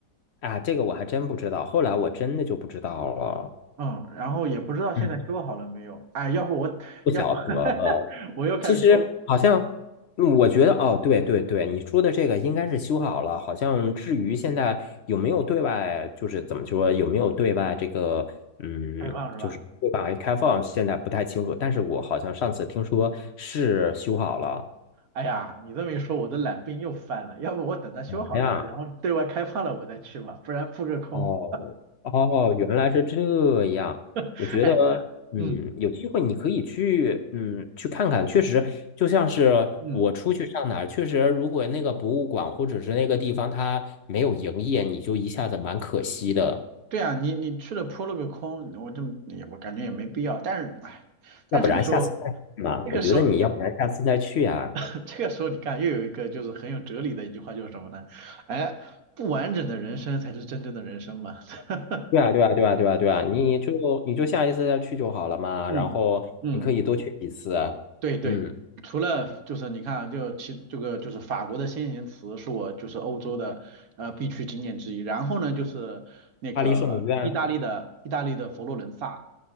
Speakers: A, on the left; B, on the right.
A: 啊，这个我还真不知道，后来我真的就不知道了，
B: 嗯，然后也不知道现在修好了没有。
A: 嗯，
B: 哎，要不我，
A: 不晓得了。
B: 要不 <laughs> 我又开始偷
A: 其实好像，嗯我觉得哦，对对对，你说的这个应该是修好了。好像至于现在有没有对外，就是怎么说，有没有对外这个，嗯，
B: 开放是吧？
A: 就是对外开放，现在不太清楚。但是我好像上次听说是修好了。
B: 哎呀，你这么一说，我的懒病又犯了。要不我等它修好了，
A: 哎呀，
B: 然后对外开放了我再去吧，不然扑个空。
A: 哦哦，原来是这样。
B: <laughs>
A: 我觉得，
B: 哎，
A: 嗯，
B: 嗯
A: 有机会你可以去，嗯，去看看。确实，就像是我出去上哪儿，
B: 嗯，
A: 确实，如果那个博物馆或者是那个地方它没有营业，你就一下子蛮可惜的。
B: 对啊，你你去了扑了个空，我这么也我感觉也没必要。但是哎，但这个时候，
A: 要不然下次再去嘛，
B: 这个时候，
A: 我觉得你要不然下次再去呀。
B: <laughs> 这个时候你看又有一个就是很有哲理的一句话，就是什么呢？哎，不完整的人生才是真正的人生嘛。<laughs>
A: 对啊，对啊，对啊，对啊，对啊，你就你就下一次再去就好了嘛。
B: 嗯嗯，
A: 然后你可以多去几次。
B: 对对，
A: 嗯，
B: 除了就是你看啊，就其这个就是法国的先贤祠是我就是欧洲的呃必去景点之一，然后呢就是那个意大利的意大利的佛罗伦萨，
A: 巴黎圣母院。